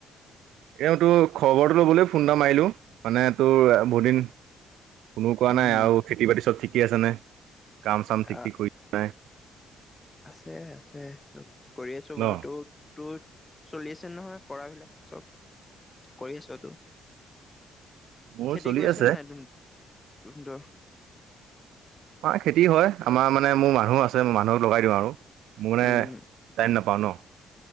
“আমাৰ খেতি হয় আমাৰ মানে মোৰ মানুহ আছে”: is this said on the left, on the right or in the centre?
Right